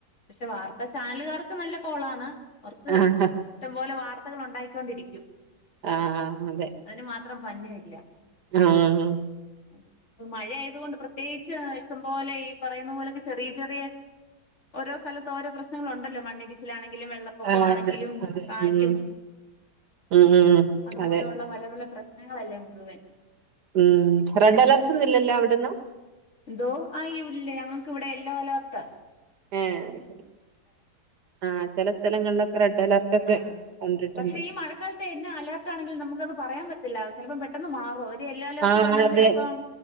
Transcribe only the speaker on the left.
പക്ഷെ വാർത്താ ചാനലുകാർക്ക് നല്ല കോളാണ്. അവർക്ക്
ഇഷ്ടംപോലെ വാർത്തകൾ ഉണ്ടായിക്കൊണ്ടിരിക്കും
അതിന് മാ അത്രം പഞ്ഞല്ല.
അദെന്നെ ഇപ്പൊ മഴ ആയ കൊണ്ട് പ്രത്യേകിച്ച് ഇഷ്ടംപോലെ ഈ പറയുന്ന പോലെക്കെ ചെറിയ ചെറിയ ഓരോ സ്ഥലത്ത് ഓരോ പ്രശ്നങ്ങളുണ്ടല്ലോ മണ്ണിടിച്ചിലാണെ വെള്ളപ്പൊക്ക
ആണെങ്കിലും
കാറ്റും
അതുമൂലുള്ള
പല പല പ്രശ്നങ്ങളല്ലേ മുഴുവൻ.
എന്തോ അയ്വുല്ലേ ഞങ്ങൾക്ക് ഇവിടെ യെല്ലോ അലേർട്ട.
ആ
പക്ഷെ ഈ മഴക്കാലത്തന്നെ അലേർട്ടണെങ്കിലും നമുക്കത് പറയാൻ പറ്റില്ല. ചെലപ്പം പെട്ടെന്ന് മാറും. യെല്ലോ അലേർട്ട്
പറഞ്ഞാലും
ചിലപ്പം